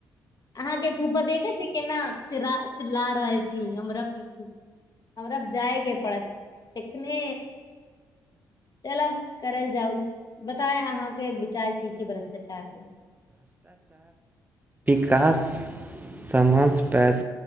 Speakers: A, on the left; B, on the right.
A: अहां के फुफा देखै छी केना, चिरा चिला रहल छी हमरा पिछे। हमरा जायके पड़त, चिखने चलह करल जाउल, बताए अहांके विचार की छी भ्रष्टाचार पर
B: कास, समझ पयब